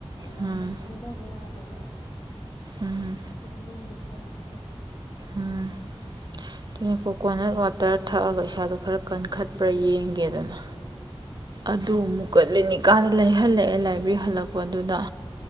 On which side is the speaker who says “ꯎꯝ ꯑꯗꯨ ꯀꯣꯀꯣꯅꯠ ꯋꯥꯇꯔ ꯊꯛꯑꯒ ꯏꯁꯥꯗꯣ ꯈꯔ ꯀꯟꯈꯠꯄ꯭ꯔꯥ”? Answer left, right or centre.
Right